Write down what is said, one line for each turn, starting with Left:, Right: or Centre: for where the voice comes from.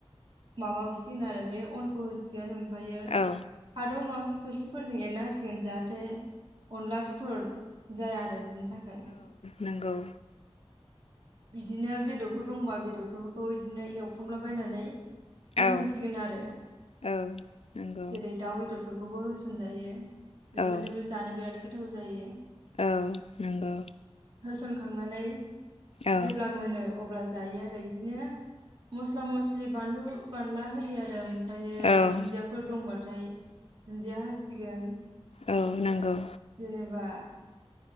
Right: माबा होसिगोन आरो बे अनखौ होसिगोन ओमफायो
Left: औ
Right: खादौ नङाखि खोस्लिफोरजों एरना होसिगोन जाहाथे अनला फिथर जाया आरो बिनिफ्राय थाखाय
Left: नोंगौ।
Right: बिदिनो बेदरफोर दंबा बेदरफोरखौ इदिनो एवफ्रामलाबायनानै होसनसिगोन
Left: औ
Right: आरो।
Left: औ नंगौ
Right: जेरै दाव बेदर फोरखौबो होसनजायो। बेफोरजोंबो
Left: औ
Right: जानो बिराद गोथाव जायो।
Left: औ नंगौ।
Right: सनखांनानै
Left: औ
Right: जेब्ला मोनो अब्ला जायो आरो इदिनो मस्ला मस्लि बानलु बानला होयो आरो ओमफ्रायो
Left: औ
Right: दुन्दिया
Left: औ
Right: फोर दंबाथाय दुन्दिया होसिगोन
Left: औ नंगौ।
Right: जेनेबा